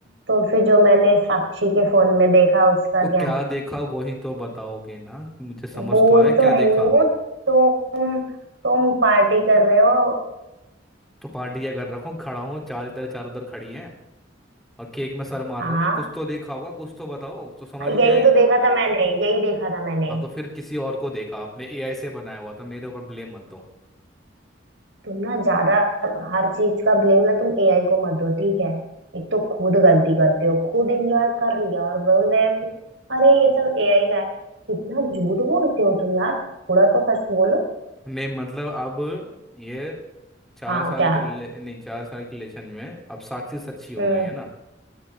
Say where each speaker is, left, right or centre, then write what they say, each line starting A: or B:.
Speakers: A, on the right; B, in the centre.
A: तो फिर जो मैंने साक्षी के फोन में देखा उसका
B: तो क्या
A: क्या
B: देखा वही तो बताओगे ना मुझे समझ
A: बोल
B: तो आया क्या
A: तो रही
B: देखा
A: हूँ तुम तुम पार्टी कर रहे हो
B: तो पार्टी क्या कर रखा हूँ खड़ा हूँ चार इधर चार उधर खड़ी हैं और केक में सर मार
A: हाँ
B: रहा हूँ मैं कुछ तो देखा होगा कुछ तो बताओ तो समझ भी
A: यही
B: आएगा
A: तो देखा था मैंने यही देखा था मैंने
B: हाँ तो फिर किसी और को देखा आपने एआई से बनाया हुआ था मेरे ऊपर ब्लेम मत दो
A: तुम ना ज्यादा हर चीज का ब्लेम ना तुम एआई को मत दो ठीक है एक तो खुद गलती करते हो खुद इंजॉय कर लिया और बोल रहे हो कि अरे ये सब एआई का है इतना झूठ बोलते हो तुम यार थोड़ा तो सच बोलो
B: नहीं मतलब अब ये चार
A: हाँ
B: साल
A: क्या
B: के रिले- नहीं चार साल के रिलेशन में अब साक्षी सच्ची हो
A: हम्म
B: गई है ना